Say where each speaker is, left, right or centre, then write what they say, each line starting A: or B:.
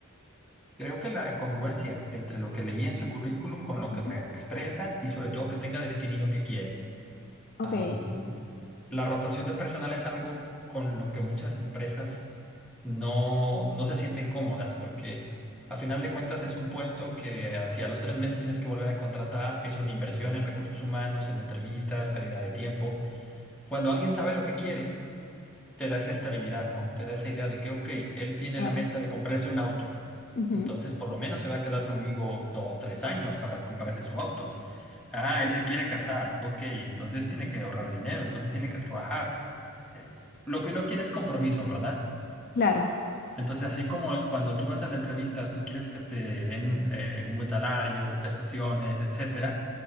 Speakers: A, in the centre; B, on the left.
A: Creo que la congruencia entre lo que leí en su currículum con lo que
B: Ujú.
A: me expresa y sobre todo que tenga definido qué quiere.
B: Ok,
A: Am, la rotación de personal es algo con lo que muchas empresas no, no se sienten cómodas porque a final de cuentas es un puesto que hacia los tres meses tienes que volver a contratar, es una inversión en recursos humanos, en entrevistas, pérdida de tiempo. Cuando alguien sabe lo que quiere, te da esa estabilidad, ¿no? Te da esa idea de que, ok, él tiene
B: claro.
A: la meta de comprarse un auto.
B: Ujú,
A: Entonces, por lo menos se va a quedar conmigo dos o tres años para comprarse su auto. Ah, él se quiere casar. Ok, entonces tiene que ahorrar dinero, entonces tiene que trabajar. Eh, lo que uno quiere es compromiso, ¿verdad?
B: Claro.
A: Entonces, así como el- cuando tú vas a la entrevista, tú quieres que te den eh, un buen salario, prestaciones, etcétera,